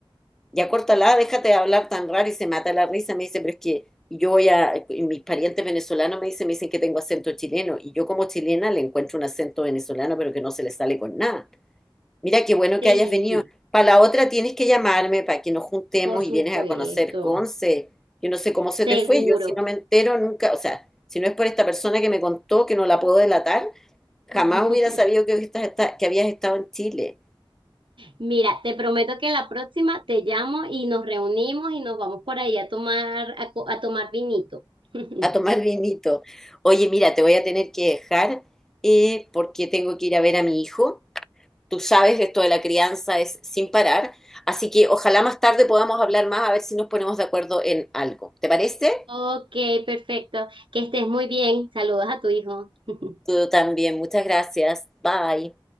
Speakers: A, in the centre; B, on the right.
A: ya córtala, déjate de hablar tan raro y se mata la risa. Me dice, pero es que yo voy a, y mis parientes venezolanos me dicen, me dicen que tengo acento chileno y yo como chilena le encuentro un acento venezolano, pero que no se le sale con nada. Mira qué bueno
B: Sí,
A: que hayas venido. Para la otra tienes que llamarme para que nos juntemos
B: Por supuesto,
A: y vienes a conocer Conce. Yo no sé cómo se
B: seguro.
A: te fue, yo si no me entero nunca, o sea, si no es por esta persona que me contó que no la puedo delatar, jamás
B: <laughs>
A: hubiera sabido que, estás- está- que habías estado en Chile.
B: Mira, te prometo que la próxima te llamo y nos reunimos y nos vamos por ahí a tomar, a, co- a tomar vinito. <laughs>
A: a tomar vinito. Oye, mira, te voy a tener que dejar eh, porque tengo que ir a ver a mi hijo. Tú sabes, esto de la crianza es sin parar, así que ojalá más tarde podamos hablar más a ver si nos ponemos de acuerdo en algo. ¿Te parece?
B: Ok, perfecto. Que estés muy bien. Saludos a tu hijo. <laughs>
A: Tú también, muchas gracias. Bye.